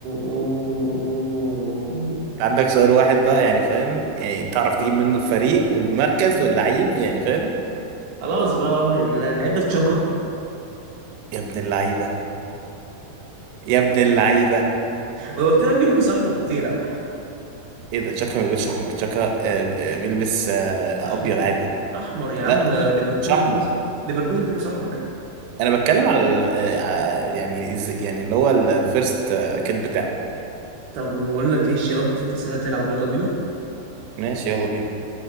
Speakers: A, on the right; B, on the right.
A: اوه اوه
B: عندك سؤال واحد بقى يعني فاهم يعني تعرف تجيب منه الفريق والمركز واللعيب يعني فاهم
A: خلاص بقى امر لله العده تشاكا
B: يا ابن اللعيبة يا ابن اللعيبة
A: وانا قلت لك بيلبس احمر قلت لي لا
B: ايه ده تشاكا ما بيلبسش احمر تشاكا آه، آه، بيلبس آه،
A: احمر
B: ابيض عادي
A: احمر يا عم
B: لا
A: ليفركوزن
B: مش احمر
A: بيلبس احمر ليفركوزن بيلبس احمر
B: انا بتكلم على, ال- آه، على يعني إز- يعني اللي هو الفيرست كيت بتاعه
A: طب بقول لك ايه الشباب بتتسع تلعب يلا بينا
B: ماشي يلا بينا